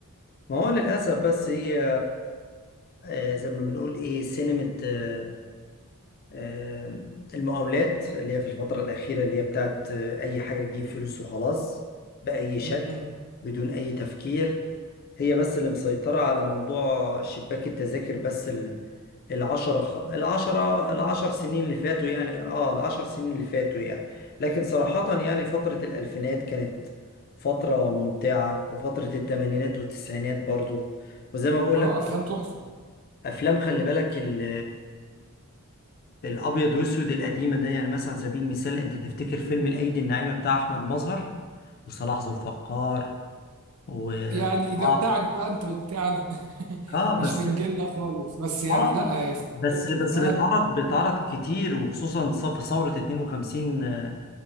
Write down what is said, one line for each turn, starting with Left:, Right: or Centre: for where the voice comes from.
Left: ما هو للأسف بس هي آه، زي ما بنقول إيه سينما آه، آه، المقاولات اللي هي في الفترة الأخيرة اللي هي بتاعت آه، أي حاجة تجيب فلوس وخلاص بأي
Right: م-
Left: شكل
Right: م.
Left: بدون أي تفكير هي بس اللي مسيطرة على موضوع شباك التذاكر بس ال- العشرة خ- العشرة العشر سنين اللي فاتوا يعني اه العشر سنين اللي فاتوا يعني لكن صراحة يعني فترة الألفينات كانت فترة ممتعة وفترة التمانينات والتسعينات برضو وزي ما بقول
Right: اه
Left: لك
Right: افلام تحفه
Left: أفلام خلي بالك ال- الأبيض وأسود القديمة ده يعني مثلا على سبيل المثال أنت تفتكر فيلم الأيدي الناعمة بتاع أحمد مظهر وصلاح ذو الفقار و
Right: يعني ده
Left: اه
Right: بتاعك بقى انت مش بتاعنا <laughs>
Left: آه،
Right: مش
Left: بس
Right: من جيلنا خالص بس يعني
Left: اه
Right: لا في
Left: بس
Right: حاجات شفتها
Left: بس بيتعرض بيتعرض كتير وخصوصا ص- في ثورة 52 آه،